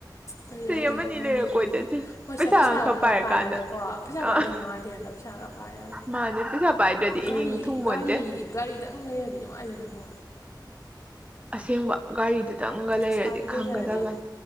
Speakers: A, on the left (about 45°); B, on the right (about 15°).
A: ꯆꯍꯤ ꯑꯃꯥ ꯑꯅꯤ
B: ꯑꯃꯅꯤ
A: ꯑꯃꯨꯛ ꯉꯥꯏꯒꯤꯗꯣꯏꯗꯣ
B: ꯂꯩꯔ ꯀꯣꯏ ꯆꯠꯁꯦ
A: ꯍꯣꯏꯁꯦ
B: ꯄꯩꯁꯥ
A: ꯄꯩꯁꯥꯒ
B: ꯑꯃꯈꯛ
A: ꯈꯔ
B: ꯄꯥꯏꯔꯀꯥꯟꯗ
A: ꯄꯥꯏꯔꯒꯀꯣ ꯄꯩꯁꯥ ꯄꯥꯏꯗꯁꯨ
B: ꯑꯥ
A: ꯃꯉꯥꯏꯗꯦ ꯅꯠꯇ ꯄꯩꯁꯥꯒ ꯄꯥꯏꯔꯒ
B: ꯃꯥꯅꯦ ꯄꯩꯁꯥ ꯄꯥꯏꯗ꯭ꯔꯗꯤ
A: ꯒꯥꯔꯤ
B: ꯏꯅꯤꯡ ꯊꯨꯡꯄꯣꯟꯇꯦ
A: ꯒꯥꯔꯤ ꯒꯥꯔꯤꯗꯪ ꯂꯩꯔꯗꯤ ꯅꯨꯡꯉꯥꯏꯗꯣꯏꯅꯤꯀꯣ
B: ꯑꯁꯦꯡꯕ ꯒꯥꯔꯤꯗꯨꯇꯪꯒ ꯂꯩꯔꯗꯤ
A: ꯏꯁꯥꯒꯤ ꯂꯩꯖꯔꯗꯤ
B: ꯈꯪꯒꯗꯕꯅꯤ